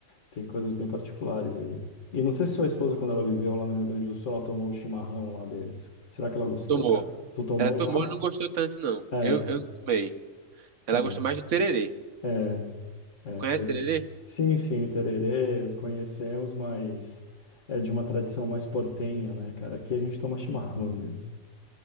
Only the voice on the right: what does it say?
Tomou.
Ela tomou
e não gostou tanto, não.
Eu, eu não tomei. Ela
gostou mais do tererê.
Conhece
tererê?